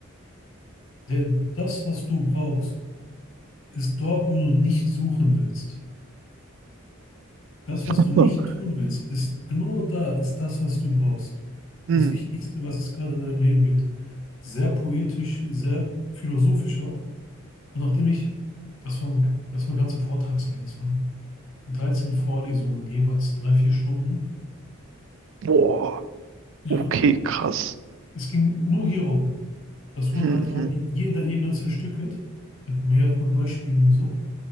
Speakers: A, on the left; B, on the right.
A: Denn das, was du brauchst, ist dort, wo du nicht suchen willst. Das, was
B: Ah,
A: du nicht tun willst, ist genau da, ist das, was du brauchst.
B: Hm.
A: Das Wichtigste, was es gerade in deinem Leben gibt. Sehr poetisch, sehr philosophisch auch. Und nachdem ich, das waren, das waren ganze Vortragsreihen, das waren 13 Vorlesungen, jeweils drei, vier Stunden.
B: Boah.
A: Ja,
B: Okay, krass.
A: es ging nur hierum. Das
B: Mhm.
A: wurde halt auch
B: mhm.
A: in jeder Ebene zerstückelt, mit mehreren Beispielen und so.